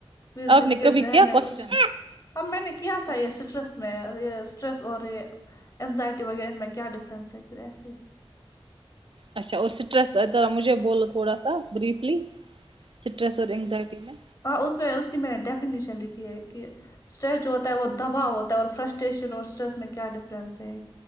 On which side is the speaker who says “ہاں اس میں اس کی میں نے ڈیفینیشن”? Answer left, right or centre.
Left